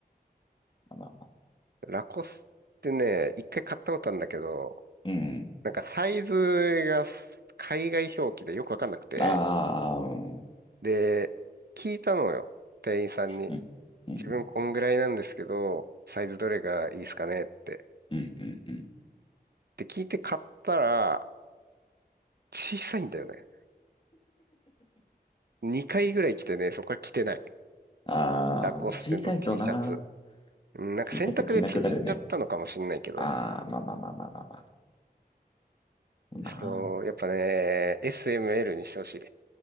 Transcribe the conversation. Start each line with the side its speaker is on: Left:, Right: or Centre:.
Left: まあまあまあ。
Right: ラコスってね、一回買ったことあるんだけど、
Left: うん。
Right: なんかサイズが海外表記でよくわかんなくて、
Left: ああ、うん。
Right: で、聞いたのよ、店員さんに。
Left: うん。うん
Right: 自分こんぐらいなんですけど、サイズどれがいいですかねって。
Left: うんうんうん。
Right: で、聞いて買ったら、小さいんだよね。2回ぐらい着てね、そこから着てない。
Left: ああ、
Right: ラコステの
Left: 小さいとな、
Right: T シャツ。うんなんか選択で縮んじゃったのかもしんないけど、
Left: 小さいと着なくなるね。ああ、まあまあまあまあまあまあ。そうな
Right: そう、やっぱね、SML にしてほしい。